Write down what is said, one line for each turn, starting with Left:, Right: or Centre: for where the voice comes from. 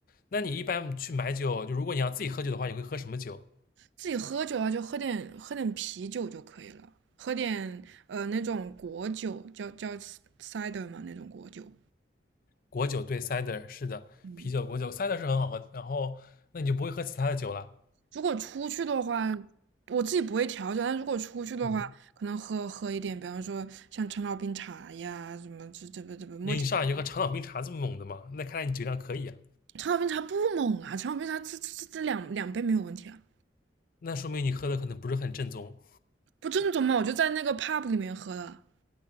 Left: 那你一般去买酒，就如果你要自己喝酒的话，你会喝什么酒？
Right: 自己喝酒啊，就喝点喝点啤酒就可以了，喝点呃那种果酒，叫叫 cider 嘛那种果酒。
Left: 果酒对，cider 是的，
Right: 嗯，
Left: 啤酒、果酒，cider 是很好喝。然后那你就不会喝其他的酒了。
Right: 如果出去的话，我自己不会调酒，但如果出去的话，
Left: 嗯
Right: 可能喝喝一点，比方说像陈老冰茶呀，什么这这个这个莫吉托。
Left: 你上来就喝长岛冰茶这么猛的嘛？那看来你酒量可以啊，
Right: 陈老冰茶不猛啊，陈老冰茶这这这这两两杯没有问题啊，
Left: 那说明你喝的可能不是很正宗。
Right: 不正宗嘛，我就在那个 pub 里面喝的，